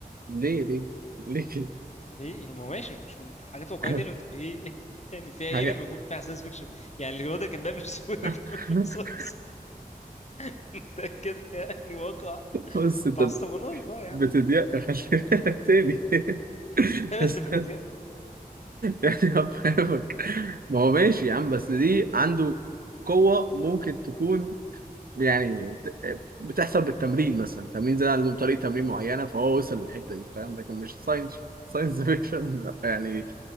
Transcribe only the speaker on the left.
ليه يعني ما هو ماشي مش م- حاجات واقعية
دي اللي بتبقى ايه <laughs> يعني فيها ايه
لما يكون فيها ساينس فيكشن يعني الواد اللي كان بيعمل <laughs> سفود
في الرصاص <laughs> ده كده يعني واقع
ما
تعصبناش بقى يا
عم
<laughs>
بديع.